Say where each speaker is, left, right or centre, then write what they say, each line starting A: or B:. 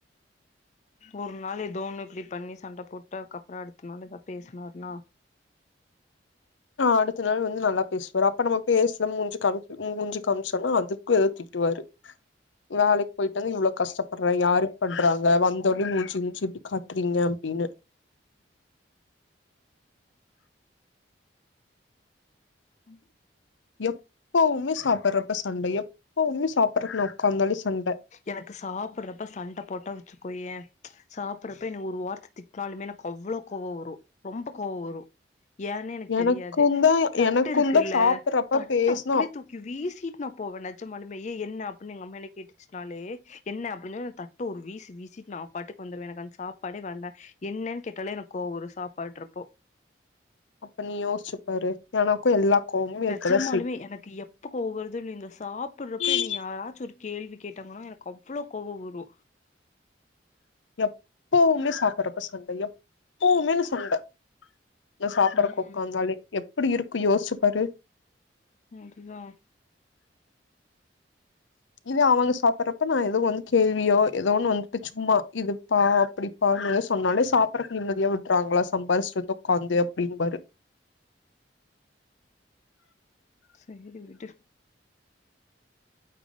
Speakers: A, on the left; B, on the left.
A: ஒரு நாள் ஏதோ ஒன்னு இப்டி பண்ணி சண்ட போட்டா அதுக்கப்றோ அடுத்த நாள் ஏதாவது பேஸ்னாருனா
B: அடுத்த நாள் வந்து நல்லா பேசுவாரு அப்ப நம்ம பேஸ்ல மூஞ்சு மூஞ்சு காமிச்சோன்னா அது ஏதோ திட்டுவாரு வேலைக்கு போயிட்டு வந்து இவ்வளோ கஷ்டப்படுற யாருக்கு பண்றாங்க வந்தோடனே மூஞ்சு மூஞ்சிட்டு காட்றீங்க அப்டினு
A: அ <inaudible>
B: எப்பவுமே சாப்ட்றப்ப சண்ட எப்பவுமே சாப்ட்றப்ப நா உட்காந்தோன சண்ட
A: எனக்கு சாப்பட்றப்ப சண்ட போட்டா வச்சுக்கோய சாப்ட்றப்ப என்ன ஒரு வார்த்து திட்னாலுமே எனக் அவ்ளோ கோவ வரு ரொம்ப கோவ வரு ஏன்னே எனக்
B: எனக்குந்தா
A: தெரியாது தட்டு
B: எனக்குந்தா
A: இருக்குல்ல
B: சாப்பட்றப்ப
A: தட்டு
B: பேசுனா
A: அப்டியே தூக் கி வீசிட்டு நா போவே நெஜமாலுமே ஏ என்ன அப்டினு என்ன கேட்டுச் நாலே என்ன அப்டினா தட்ட ஒரு வீசு வீசிட்டு நா பாட்டுக்கு வந்துடுவே எனக் அந்த சாப்பாடே வேண்டா என்னனு கேட்டாலே எனக் கோவ வரு சாப்பட்றப்போ
B: அப்ப நீ யோசிச்சுப்பாரு எனக்கு எல்லா கோவமு
A: நெஜமாலுமே
B: இருக்கதா
A: எனக் எப்ப கோவ வருது சாப்பிடுறப்ப
B: செய்யு
A: என்ன யாராச்சு ஒரு கேள்வி கேட்டாங்கனா எனக் அவ்ளோ கோவ வரு
B: எப்போவுமே சாப்பட்றப்ப சண்ட எப்போவுமே சண்ட நா சாப்பறக்கு
A: ம்
B: உட்காந்தாலே எப்டி இருக்கு யோஸ்ச்சு பாரு
A: அது தா
B: இதே அவங்க சாப்பறப்ப நா ஏதோ வந் கேள்வியோ ஏதோ ஒன்னு வந்துட்டு சும்மா இது பா அப்டிப்பாருனு சொன்னாலே சாப்பறதுக் நிம்மதியா விடுறாங்களா சம்பாரிச்சிட் வந்து உட்காந்து அப்டின்பாரு
A: சேரி விடு